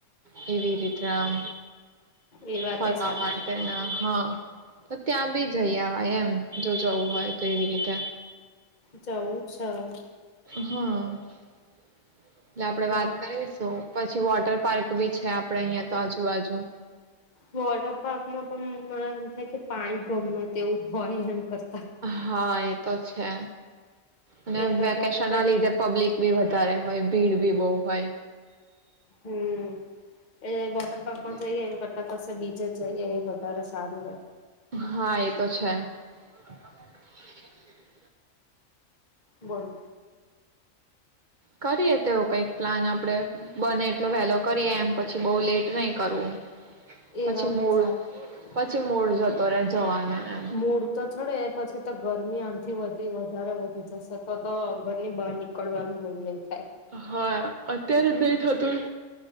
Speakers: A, on the right; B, on the left.
A: જેમ એવી રીતરામ
B: એ વાતે
A: ફરવા
B: સાચી
A: માટેના હા તો ત્યાં બી જઈ આવવાય એમ. જો જવું હોય તો, એવી રીતે
B: જવું છ.? હમમ
A: હા એટલે આપડે
B: પણ
A: વાત કરીશું પછી, વોટર પાર્ક બી છે, આપડે અહિયાં તો આજુબાજુ
B: વોટર પાર્ક માં પણ મને એમ થાય કે, પાણી ગમે તેવું હોય <inaudible>
A: હા એતો છે. અને,
B: એમ કરતા
A: વેકેશન
B: તો કઈ
A: ના લીધે પબ્લિક ભી વધારે હોય. ભીડ બી બહુ હોય.
B: હમમ! એ વોટર પાર્કમાં
A: એટલે
B: જઈએ એને કરતા, કશે બીજે જઈએ એ વધારે સારું છે.
A: હા એ તો <inaudible>
B: બોલ!
A: કરીએ તેવો કંઈક પ્લાન આપડે, બને એટલો વેલો કરીએ એમ પછી બઉ લેટ નહી કરવું.
B: એ
A: પછી
B: વાત
A: મૂળ
B: સાચી <unintelligible>
A: પછી મૂળ જતો રે જવાનો એમ
B: મૂળ તો ચડે પછી તો ગરમી થી વધી, વધારે વધી જશે. તો તો ઘર ની બહાર નીકળ નીકડવાનું મન નઈ થાય.
A: હા અત્યારે જ નહીં થતું.